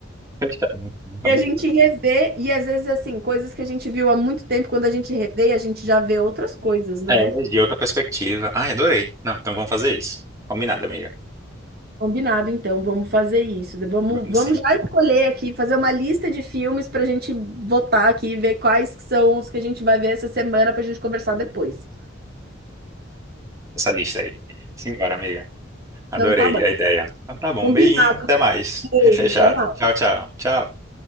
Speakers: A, on the right (about 15°); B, on the right (about 50°).
A: Fechado, né? Vamos
B: e
A: fazer
B: a gente
A: isso.
B: revê, e às vezes assim, coisas que a gente viu há muito tempo, quando a gente revê, a gente já vê outras coisas, né?
A: É, de outra perspectiva. Ai, adorei. Não, então vamos fazer isso. Combinado, amiga.
B: Combinado, então, vamos fazer isso. Vamos,
A: Vamos
B: vamos
A: sim.
B: já escolher aqui, fazer uma lista de filmes para a gente votar aqui e ver quais que são os que a gente vai ver essa semana para a gente conversar depois.
A: Essa lista aí. Simbora, amiga. Adorei
B: Então, tá bom.
A: a ideia. Então tá bom,
B: Combinado.
A: um beijinho, até mais.
B: Beijo,
A: <laughs> Fechado.
B: até mais.
A: Tchau, tchau. Tchau.